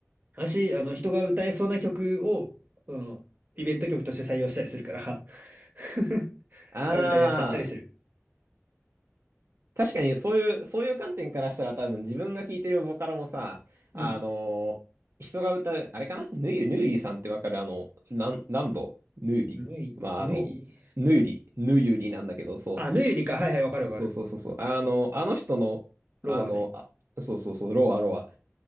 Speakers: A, on the right (about 40°); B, on the right (about 65°).
A: 私、あの、人が歌えそうな曲を、あの、イベント曲として採用したりするから <laughs>
B: ああ、
A: 歌いやすかったりする。
B: 確かにそういう、そういう観点からしたら多分自分が聴いてるボカロもさ、
A: うん。
B: あのー人が歌う、あれかなヌー、ヌーリーさんってわかるあの、ラン、ランドヌーリー。
A: ぬい、
B: まあ、
A: ぬい
B: あの、ヌーリー、ヌーユリなんだけど、そ
A: あ、ぬゆりか。はいはい、わかるわかる。
B: う。そうそうそうそう。あの、あの人の、あの、
A: ロはね。
B: あ、そうそうそう、ロアロア